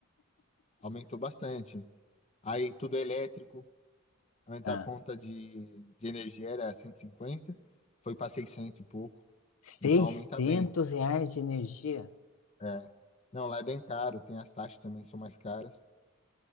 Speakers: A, on the left (about 30°); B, on the left (about 70°).
A: Aumentou bastante. Aí, tudo é elétrico. Antes
B: Ah.
A: a conta de, de energia era 150, foi para 600 e pouco.
B: 600
A: Então aumenta bem.
B: reais de energia?
A: É. Não, lá é bem caro, tem as taxas também são mais caras.